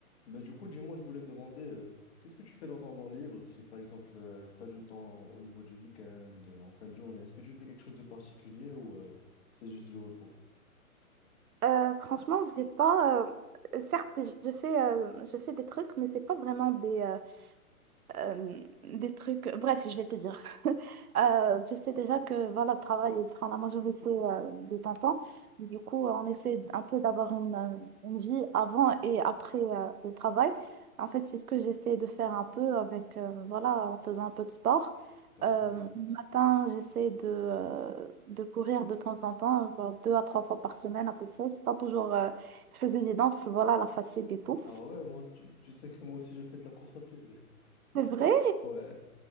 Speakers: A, on the left; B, on the right.
A: Bah, du coup, dis-moi, je voulais te demander, euh, qu'est-ce que tu fais dans ton temps libre si, par exemple, tu as du temps au niveau du week-end, euh, en fin de journée? Est-ce que tu fais quelque chose de particulier ou euh, c'est juste du repos?
B: Euh, franchement, j'ai pas. euh, certes, je fais, euh, je fais des trucs, mais c'est pas vraiment des, euh, euh, des trucs. Bref, je vais te dire. <laughs> Euh, tu sais déjà que voilà, le travail il prend la majorité euh, de ton temps. Du coup, euh, on essaie un peu d'avoir une, euh, une vie avant et après euh, le travail. En fait, c'est ce que j'essaie de faire un peu avec, euh, voilà, en faisant un peu de sport.
A: D'accord.
B: Euh, le matin, j'essaie de, euh, de courir de temps en temps, genre deux à trois fois par semaine à peu près. C'est pas toujours euh, très évident parce que voilà, la fatigue et tout.
A: Ah ouais, moi, tu, tu sais que moi aussi, je fais de la course à pied. <laughs>
B: C'est vrai.
A: Ouais.